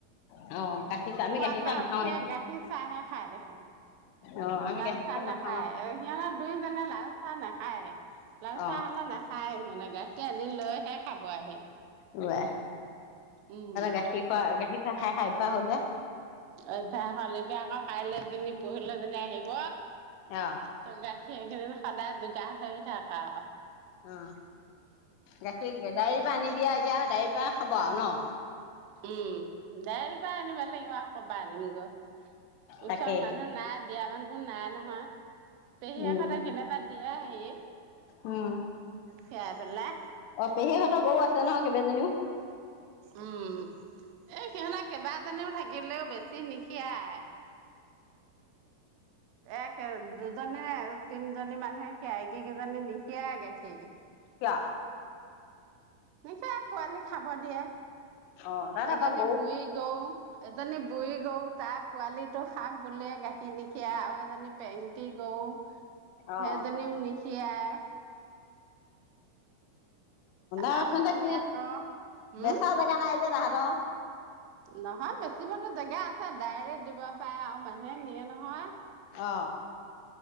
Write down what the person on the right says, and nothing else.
শুৱা
পা
উঠিয়ে গাখীৰ চাহ হে খাই দেখোন।
লাল
চাহ নাখায়
সিহঁত দুইজনে লাল চাহ নাখায়। লাল
চাহ হলে নাখায়ে সিহতি মানে গাখীৰ আনি লৈ হে খাব আহি।
উম
অভ্যাস হলে বেয়া। কাইলৈ এজনী পহিলৈ এজনী আহিব
ত গাখীৰ একে দিনাই সদায় যোগান ধৰি থাক আৰু
উম গেদাৰীৰ পৰা আনিব লাগিব আৰু ক'ৰ পা আনিম ক। ওচৰত
মানুহ নাই দিয়া মানুহ নাই ন, পেহীয়েক
হেতে কেতিয়াবা সেয়া হেৰি
তিয়াই পেলাই
উম এই সিহঁত কেইবাজনীও থাকিলেও বেছি নিখিৰাই একে দুজনৰে তিনি জনী মানুহে খীয়াই একে কেজনী নিখিৰায় গাখীৰ
নীখিয়াই পোৱালিক খাব দিয়ে
এজনী
বুঢ়ী গৌ, এজনী বুঢ়ী গৌ তাত পোৱালীটো খাওক বুলিয়ে গাখীৰ নিখিয়াই আও ইজনে পেংটি গৰু সেইজনিও
নীখিয়াই
আৰু এজনী
আকৌ হম
নহয় বেচিবতো জেগা আছে ডাইৰেক্ট দিব পাৰে আৰু মানুহে নিয়ে নহয়।